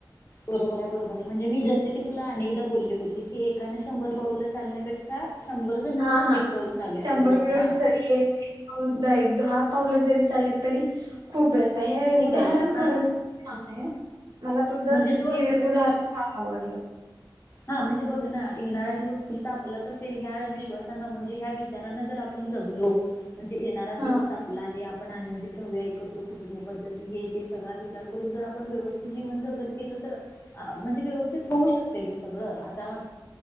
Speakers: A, on the left; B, on the right.
A: बरोबर आहे बरोबर आहे म्हणजे मी जसं की तुला अनेकदा बोलली होती की एकानें शंभर पाऊलं चालण्यापेक्षा शंभर जण
B: हा
A: मिळून
B: हा
A: एक पाऊल चालूया
B: शंभर
A: बरोबर
B: मिळून
A: ना
B: जरी <unintelligible> एक दहा पावलं जरी चाललीत तरी खूप बेस्ट हे
A: ठीक
B: उदाहरण
A: आहे ग हा
B: खरच खूप छान आहे मला तुझ हे
A: म्हणजे जो
B: उदाहरण फार आवडलं.
A: हा म्हणजे बघ ना येणारा दिवस फुत आपलाच असेल ह्या विश्वासान म्हणजे ह्या विचारांना जर आपण जगलो म्हणजे येणारा दिवस
B: हा
A: आपला आहे आपण आनंदित राहूया एकत्र कुटुंब पद्धती हे ते सगळा विचार करून जर आपण व्यवस्थित जीवन जगत गेलो तर म्हणजे व्यवस्थित होऊ शकते ग सगळ आता